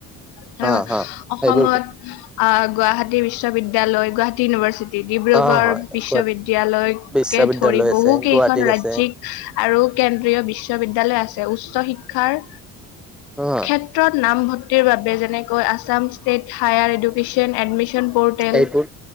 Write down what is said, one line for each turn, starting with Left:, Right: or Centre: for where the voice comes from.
Left: সেনেকোৱা
Centre: হা হা
Left: অসমত
Centre: এইবোৰ
Left: অ', গুৱাহাটী বিশ্ববিদ্য়ালয় গুৱাহাটী ইউনিভাৰ্চিটি ডিব্ৰুগড়
Centre: অ হয়
Left: বিশ্ববিদ্যালয়।
Centre: গুৱাহাটী বিশ্ববিদ্যালয়
Left: কে ধৰি বহু
Centre: আছে
Left: কেইখন
Centre: গুৱাহাটীত
Left: ৰাজিক্
Centre: আছে
Left: আৰু কেন্দ্ৰীয় বিশ্ববিদ্যয়ালয় আছে উচ্চ শিক্ষাৰ।
Centre: অ'।
Left: ক্ষেত্ৰত নামভৰ্তিৰ বাবে যেনেকৈ Assam state higher education admission portal
Centre: এইবোৰ